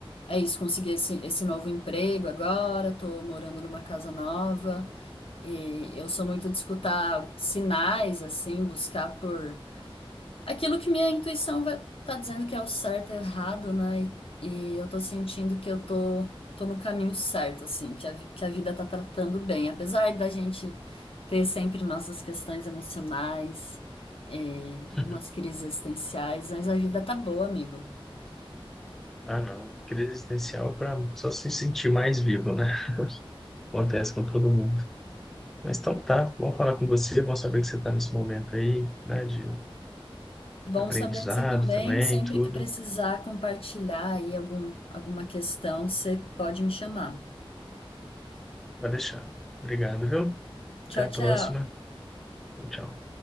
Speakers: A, on the left (about 70°); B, in the centre.
A: é isso. Consegui esse, esse novo emprego agora, tô morando numa casa nova. E eu sou muito de escutar sinais, assim, buscar por. Aquilo que minha intuição vai- tá dizendo que é o certo e errado, né? E, e eu tô sentindo que eu tô, tô no caminho certo, assim, que a, vi- que a vida tá tratando bem. Apesar da gente ter sempre nossas questões emocionais, eh,
B: <laughs>
A: umas crises existenciais, mas a vida tá boa, amigo.
B: Ah, não. Crise existencial é para só se sentir mais vivo, né? <laughs> Acontece com todo mundo. Mas então tá, bom falar com você, bom saber que você está nesse momento aí, né, de
A: Bom
B: aprendizado
A: saber de você também.
B: também,
A: Sempre
B: tudo.
A: que precisar compartilhar aí algum, alguma questão, você pode me chamar.
B: Pode deixar. Obrigado, viu?
A: Tchau,
B: Até a
A: tchau.
B: próxima. Tchau.